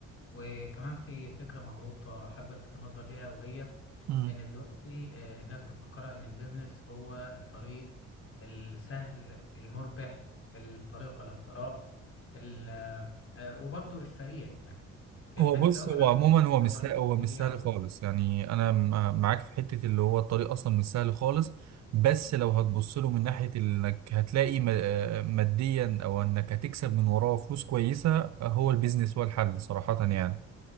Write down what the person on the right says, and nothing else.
مم.
هو
بص
هو
عموما
هو مش
سهل
هو
مش سهل
خالص يعني انا م- معاك في حته اللي هو الطريق اصلا مش سهل خالص بس لو هتبص له من ناحيه انك هتلاقي م- آه، ماديا او انك هتكسب من وراه فلوس كويسه آه، هو البيزنس هو الحل صراحه يعني